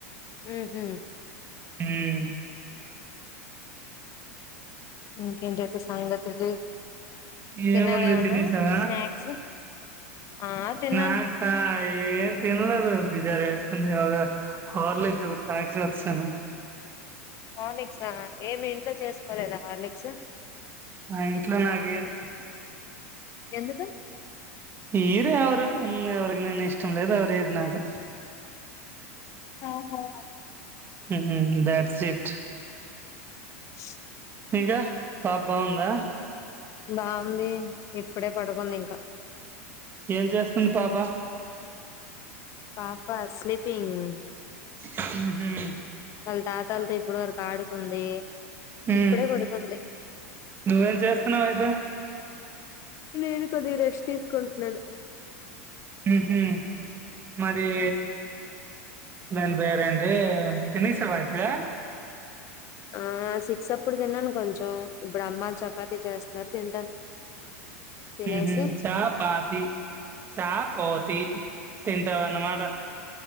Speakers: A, on the left; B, on the right.
A: ఉమ్ హూ
B: ఉమ్,
A: ఇంకేంటి అయితే సంగతులు
B: ఏమంది
A: తిన్నావేమన్నా
B: తినేసావా
A: స్నాక్స్ ఆ తిన్నాను
B: స్నాక్సా ఏం తినలేదు బి జర వేస్తున్న యోగ హార్లీక్స్ తాగేసి వచ్చాను.
A: హార్లిక్సా ఏమి ఇంట్లో చేసుకోలేదా హార్లిక్స్
B: ఆ ఇంట్లో నా కెయ్యరు
A: ఎందుకు
B: ఈరేవరు ఊరకనే నేను ఇష్టం లేదువరు నాకు
A: ఆహా
B: ఉమ్ దట్స్ ఇట్
A: <inaudible>
B: ఇంకా పాప బాగుందా
A: బాగుంది ఇప్పుడే పడుకుంది ఇంకా
B: ఏం చేస్తుంది పాప
A: పాపా స్లీపింగ్
B: ఉమ్ హు
A: వాళ్ళ తాతాలతో ఇప్పుడు వరకు ఆడుకుంది
B: ఉమ్,
A: ఇప్పుడే పడుకుంది
B: నువ్వేం చేస్తున్నావు అయితే
A: నేను కొద్దిగా రెష్ తీసుకుంటున్నాను
B: ఉమ్ మరి నన్ పేరేంటీ తినేసావా అయితే
A: ఆ సిక్స్ అప్పుడు తిన్నాను కొంచెం ఇప్పుడు అమ్మలు చపాతి చేస్తున్నారు తింటాను తినేసి
B: ఉమ్ చా పాతి చా పోతి తింటావాన్న మాట